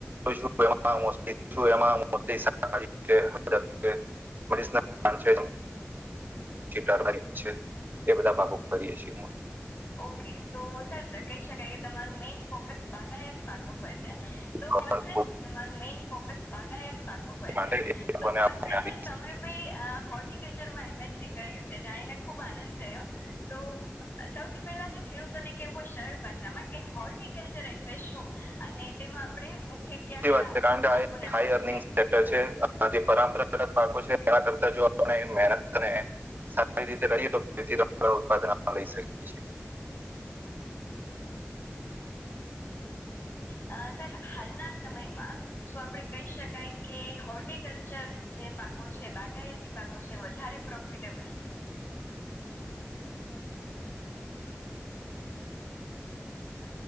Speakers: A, on the right (about 45°); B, on the left (about 50°).
A: સ્માં <unintelligible> મરીષ ના નામ છે. ા પ એ બધા પાકો કરીએે છીએ <unintelligible>
B: ઓકે સો સર કહી શકાય કે તમારું મેઈન ફોકસ બાગાયત પાક ઉપર છે.
A: ો
B: તો ફર્સ્ટલી
A: <unintelligible>
B: તમારું મેઇન ફોકસ બાગાયત પાકો પર
A: માટે
B: છે,
A: એ લોકોને
B: તો ફર્સ્ટલી
A: આપણે આપીએ
B: સર
A: છીએ.
B: તમે બી હોર્ટિકલ છે જાણીને ખુબ આનંદ થયો. પેલા જો ખેડૂતોને કેવું હોય સરળ ભાષામાં કે હોર્ટિકલ્ચર એટલે શું? અને તેમાં આપણે મુખ્ય કયા
A: લી
B: કયા
A: વાત છે કારણ
B: અ,
A: કે આ
B: પાકોને
A: એક
B: આવરી
A: હાઈ અર્નિંગ
B: શકાય તો
A: સેક્ટર
B: એ જણાવો
A: છે જે પરંપરાગત પાકો છે. <unintelligible> એના કરતા જો આપ મહેનતને. <unintelligible> સારી રીતે કરીએ તો તેથી ઉત્પાદન લઈ શકીએ છીએ.
B: <inaudible> હા. સર હાલના સમયમાં શું આપણેે કહી શકાય કે હોર્ટિકલ્ચર પાકો છે બાગાયતી પાકો છે વધારે પ્રોફિટેબલ છે.